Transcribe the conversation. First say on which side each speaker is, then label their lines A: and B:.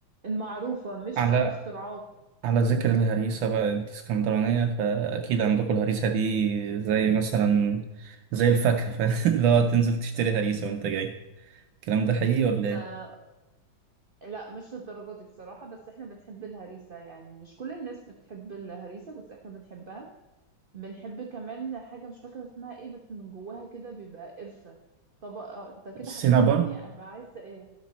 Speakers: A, on the right; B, on the right.
A: المعروفة مش
B: على
A: بقى الاختراعات
B: على ذكر الهريسه بقى انت اسكندرانيه فاكيد عندكم الهريسه دي زي مثلا زي الفاكهه ف- <laughs> اللي هو تنزل تشتري هريسه وانت جاي الكلام ده حقيقي ولا ايه
A: آه لا مش الدرجة دي بصراحة بس احنا بنحب الهريسة يعني مش كل الناس بتحب الهريسة بس احنا بنحبها بنحب كمان حاجة مش فاكرة اسمها ايه بس من جواها كده بيبقى قرفة طبقة انت كده
B: السينابون
A: هتخليني ابقى عايزة ايه